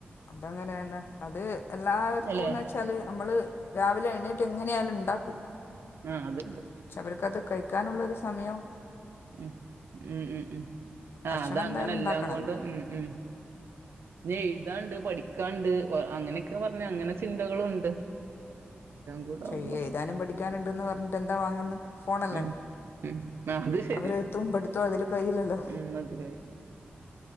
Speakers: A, on the left; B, on the right.
A: അതങ്ങനെയന്നെ, അത് എല്ലാവർക്കുംന്ന്
B: അല്ലെ
A: വെച്ച് ച്ചാല് അമ്മള് രാവിലെ എഴ്ന്നേറ്റ് എങ്ങനെയാലും ഉണ്ടാക്കും.
B: ആഹ് അത്ണ്ട്.
A: പക്ഷെ അവർക്കത് കഴിക്കാനുള്ളൊരു സമയം
B: ഉം, ഉം, ഉം, ഉം
A: ഭക്ഷണം
B: ആഹ് അത
A: എന്തായാലും
B: അങ്ങനെ
A: ഉണ്ടാക്കണല്ലോ
B: എല്ലാം കൊണ്ടും ഉം ഉം, പിന്നെഎഴുതാണ്ട് പഠിക്കാണ്ട് വ അങ്ങനെക്കെ പർഞ്ഞാ അങ്ങനെ ചിന്തകളുണ്ട് കൂടെ
A: ചെയ്
B: ആവുമ്പോ
A: എഴുതാനും പഠിക്കാനുണ്ട്ന്ന് പറഞ്ഞിട്ട് എന്താ വാങ്ങ്ന്ന് ഫോണല്ലേ
B: ഉം ഉം ആഹ് അത് ശരിയാ
A: അവരെ എഴ്ത്തും പഠിത്തും അതില് കഴിയില്ലല്ലോ
B: ഉം മന്ദ് ലിയായി